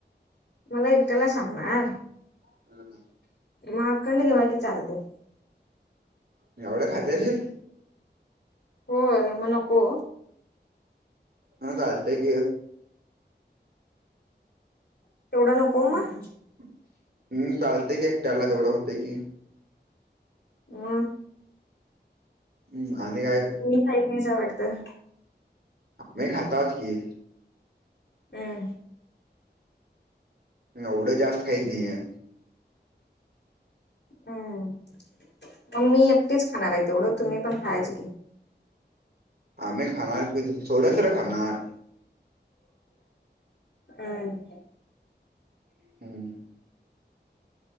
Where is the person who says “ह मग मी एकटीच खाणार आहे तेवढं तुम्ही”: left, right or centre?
Left